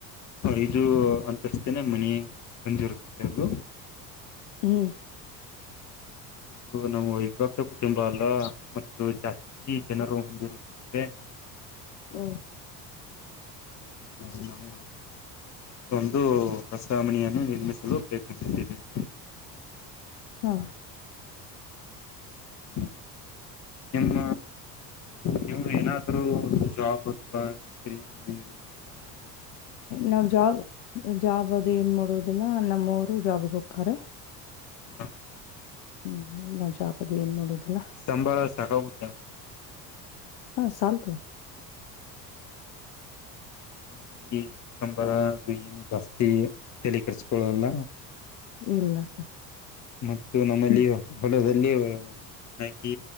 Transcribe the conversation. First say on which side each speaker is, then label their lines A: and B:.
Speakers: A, on the left (about 35°); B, on the left (about 55°).
A: ಐದು ಅಂತಸ್್ದೇನೆ ಮನೆ ಹೊಂದಿರುತ್ತದೆ ಅದು
B: ಹ್ಮ
A: ಮತ್ತು ನಮ್ಮ್ ವೈಭಕ್ತ ಕುಟುಂಬ ಅಲ್ಲ ಹಾ ಮ ಜಾಸ್ತಿ ಜನರು ಹೊಂದಿರುತ್ತೆ
B: ಹ್ಮ್
A: ಇ ಈ ನವು ಒಂದು ಹೊಸಾಮಣಿಯನ್ನು ನಿರ್ಮಿಸಲು ಪ್ರಯತ್ನಿಸುತ್ತಿದ್ದೇವೆ
B: ಹಾ
A: ಹ್ಮ ನಿಮ್ಮ ನೀವು ಏನಾದ್ರೂ ಜಾಬ್ ಅಥವಾ ನೌಕರಿ ಏನಾದರು
B: ನಾವ್ ಜಾಬ್ ಜಾಬ್ ಅದು ಏನ್ ಬರುದಿಲ್ಲ ನಮ್ಮವರು ಜಾಬಿಗೆ ಹೋಗ್ತಾರೆ
A: ಹ್ಮ
B: ಹ್ಮ್ ನಾವ್ ಜಾಬ್ ಅದು ಏನ್ ಮಾಡೋದಿಲ್ಲ
A: ಸಂಭಾಳ ಸಾಖಾ ಉ
B: ಹಾ ಚಲ್ತು
A: ನಮಗೆ ಸಾಂಬಾರ ಬನ್ ಜಾಸ್ತಿ ತಲಕರ್ಸ್ಕೊಳ್ಳಲ್ಲ
B: ಇಲ್ಲ ಹ
A: ಮತ್ತು ನಮ್ಮಲ್ಲಿ
B: ಹ್ಮ್
A: ಹೊಲ ಇಲ್ಲಿ ಚೆನ್ನಾಗಿ